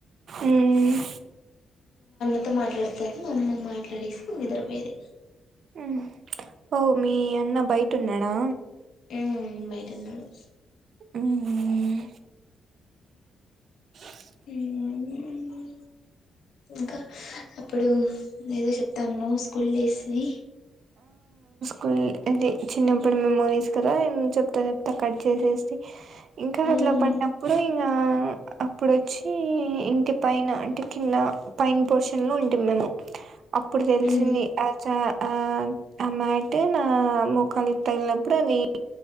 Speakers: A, on the right; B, on the left.
A: ఉమ్
B: మత్త మాట్లాడుతారు మా అమ్మ మాట్లాడేసి నిద్రపోయది
A: ఉమ్ ఓ మీ అన్న బయట ఉన్నాడా
B: ఉ బయటున్నాడు
A: ఉమ్ ఉ
B: ఉమ్ ఇంకా అప్పుడు ఏదో చెప్తాండవ్ స్కూల్ డేస్ ని
A: కొన్ని అది చిన్నప్పుడు మెమోరీస్ కదా న చెప్తా చెప్తా కట్ చేసేసి ఇంకా అట్ల
B: ఉమ్
A: పడినప్పుడు ఇంకా అప్పుడొచ్చి ఇంటి పైన అంటే కింద పైన్ పోర్షన్లో ఉంటాం మేము అప్పుడు తెలిసింది
B: ఉమ్
A: ఆ చార ఆ మాట నా మూక్కాలి తగిలప్పుడు అది